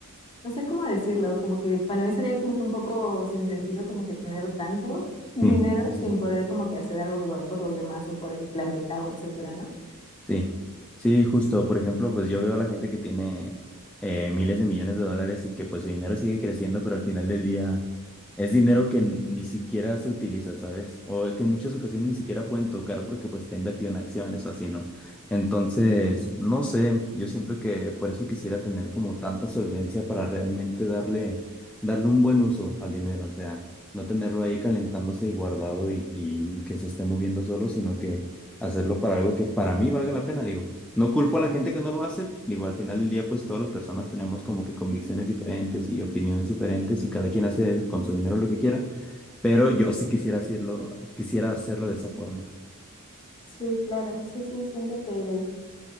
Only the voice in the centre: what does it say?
Sí, sí,
sí.
Sí, sí, justo. Por ejemplo, pues yo veo a la gente que tiene eh, miles de millones de dólares y que pues el dinero sigue creciendo, pero al final del día es dinero que n- ni siquiera se utiliza, ¿sabes? O que en muchas ocasiones ni siquiera pueden tocar porque pues está invertido en acciones o así, ¿no? Entonces, no sé, yo siento que por eso quisiera tener como tanta solvencia para realmente darle, darle un buen uso al dinero, o sea, no tenerlo ahí calentándose y guardado y, y que se esté moviendo solo, sino que hacerlo para algo que para mí valga la pena, digo. No culpo a la gente que no lo hace, digo, al final del día pues todas las personas tenemos como que convicciones diferentes y opiniones diferentes y cada quien hace con su dinero lo que quiera, pero
yo sí quisiera hacerlo, quisiera hacerlo de esa forma.